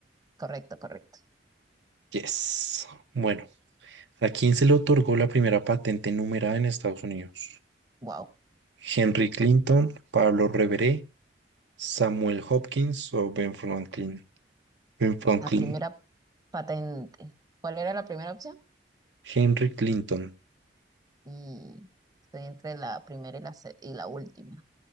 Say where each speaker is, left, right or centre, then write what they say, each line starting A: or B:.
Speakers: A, on the right; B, on the right.
A: Correcto, correcto.
B: Yes. Bueno, ¿a quién se le otorgó la primera patente numerada en Estados Unidos?
A: Wow.
B: Henry Clinton, Pablo Reveré, Samuel Hopkins o Ben Franklin. Ben Franklin.
A: La primera patente. ¿Cuál era la primera opción?
B: Henry Clinton.
A: Y estoy entre la primera y la, se- y la última.